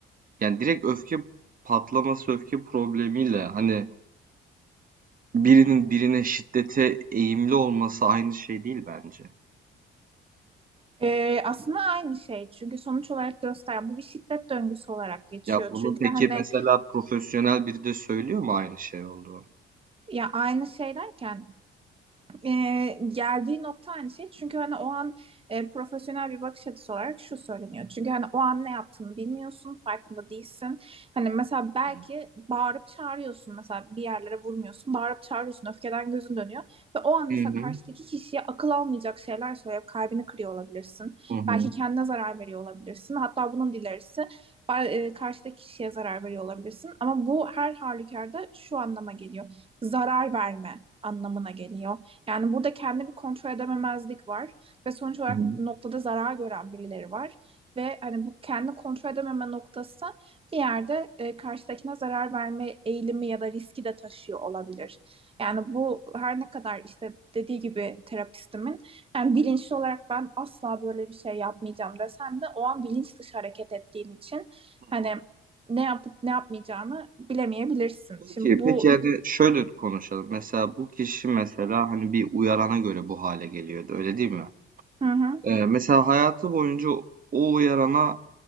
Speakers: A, on the right; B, on the right.
A: yani, direkt öfke patlaması, öfke problemiyle, hani, birinin birine şiddete eğimli olması aynı şey değil bence.
B: Ee, aslında aynı şey çünkü sonuç olarak gösteren bu bir şiddet döngüsü olarak geçiyor.
A: Ya bunu
B: Çünkü
A: peki
B: hani
A: mesela profesyonel biri de söylüyor mu aynı şey olduğunu?
B: ya aynı şeylerken e, geldiği nokta aynı şey. Çünkü hani o an e, profesyonel bir bakış açısı olarak şu söyleniyor. Çünkü hani o an ne yaptığını bilmiyorsun, farkında değilsin. Hani mesela belki
A: Hı
B: bağırıp çağırıyorsun mesela bir yerlere vurmuyorsun, bağırıp çağırıyorsun, öfkeden gözün dönüyor. Ve o an
A: hı.
B: mesela karşıdaki kişiye akıl almayacak şeyler söyleyip kalbini kırıyor olabilirsin.
A: Hı hı.
B: Belki kendine zarar veriyor olabilirsin. Hatta bunun dilerisi e, karşıdaki kişiye zarar veriyor olabilirsin. Ama bu her halükarda şu anlama geliyor. Zarar verme anlamına geliyor. Yani burada kendimi kontrol edememezlik var ve sonuç olarak
A: Hı hı.
B: noktada zarar gören birileri var ve hani bu kendi kontrol edememe noktası bir yerde e, karşıdakine zarar verme eğilimi ya da riski de taşıyor olabilir. Yani bu her ne kadar işte dediği gibi terapistimin yani bilinçli olarak ben asla böyle bir şey yapmayacağım desem de o an bilinç dışı hareket ettiğin için
A: Hı
B: hani
A: hı.
B: ne yapıp ne yapmayacağını bilemeyebilirsin. Şimdi
A: Peki,
B: bu
A: peki hadi şöyle konuşalım. Mesela bu kişi mesela hani bir uyarana göre bu hale geliyordu, öyle değil mi?
B: hı hı,
A: Ee, mesela hayatı boyunca o uyarana